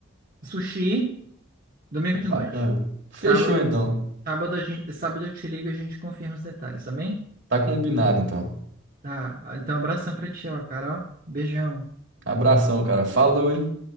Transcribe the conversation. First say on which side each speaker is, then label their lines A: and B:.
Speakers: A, on the right (about 45°); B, on the right (about 65°).
A: Sushi, domingo
B: Mas
A: de
B: Bacana.
A: noite.
B: Fechou
A: Sábado,
B: então.
A: sábado, a gente, sábado eu te ligo e a gente confirma os detalhes, tá bem?
B: Tá combinado então.
A: Tá, então abração pra ti, ó, cara, ó. Beijão.
B: Abração, cara. Falou, hein?